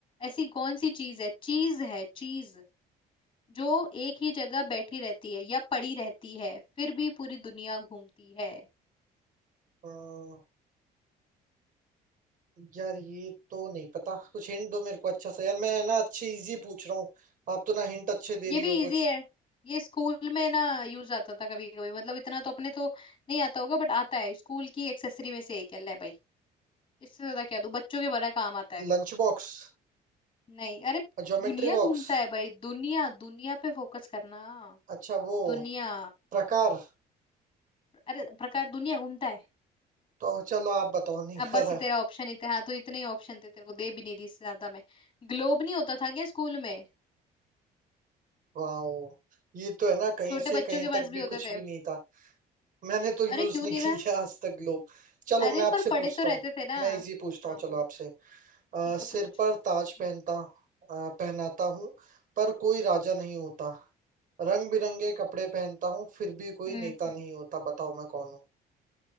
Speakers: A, on the left; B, on the right.
A: ऐसी कौन सी चीज है चीज है चीज जो एक ही जगह बैठी रहती है या पड़ी रहती है फिर भी पूरी दुनिया घूमती है
B: हम्म, यार ये तो नहीं पता कुछ हिंट दो मेरे को अच्छा सा यार मैं ना अच्छे इजी पूछ रहा हूँ आप तो ना हिंट अच्छे दे रही
A: ये भी
B: हो
A: इजी
B: कुछ
A: है ये स्कूल में ना यूज आता था कभी कभी मतलब इतना तो अपने तो नहीं आता होगा बट आता है स्कूल की एक्सेसरी में से एक है ले भाई इससे ज्यादा क्या दूं बच्चों के बड़ा काम आता है
B: Lunch box
A: नहीं अरे
B: Geometry
A: दुनिया
B: box
A: घूमता है भाई दुनिया दुनिया पे फोकस करना
B: अच्छा वो
A: दुनिया
B: प्रकार
A: अरे प्रकार दुनिया घूमता है
B: तो चलो आप बताओ नहीं यार
A: अब बस तेरा ऑप्शन ही था हाँ तो इतने ही ऑप्शन थे तेरे को दे भी नहीं रही इससे ज्यादा मैं ग्लोब नहीं होता था क्या स्कूल में
B: वाओ ये तो है ना कहीं
A: छोटे
B: से
A: बच्चों
B: कहीं
A: के
B: तक
A: पास भी
B: भी
A: होते
B: कुछ
A: थे
B: भी नहीं था मैंने तो यूज
A: अरे क्यों
B: नहीं
A: नहीं
B: <laughs>
A: था
B: किया आज तक लोग चलो
A: अरे
B: मैं आपसे
A: पर पड़े
B: पूछता
A: तो रहते
B: हूँ
A: थे ना
B: मैं इजी पूछता
A: हाँ
B: हूँ चलो
A: बोल
B: आपसे अ,
A: ठीक
B: सिर
A: है पूछ
B: पर ताज
A: हम्म,
B: पहनता अ, पहनाता हूँ पर कोई राजा नहीं होता रंग बिरंगे कपड़े पहनता हूँ फिर भी कोई
A: हम्म
B: नेता
A: हम्म
B: नहीं होता बताओ मैं कौन हूँ